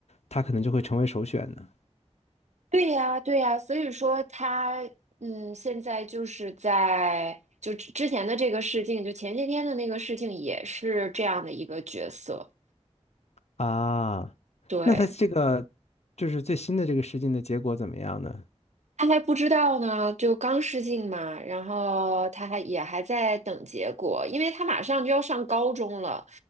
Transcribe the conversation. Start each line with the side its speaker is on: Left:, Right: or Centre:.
Left: 他可能就会成为首选呢。
Right: 对呀，对呀，所以说他，嗯，现在就是在就之之前的这个事情，就前些天的那个事情，也是这样的一个角色。
Left: 啊那他这个
Right: 对，
Left: 就是最新的这个试镜的结果怎么样呢？
Right: 他还不知道呢，就刚试镜嘛，然后他还也还在等结果，因为他马上就要上高中了，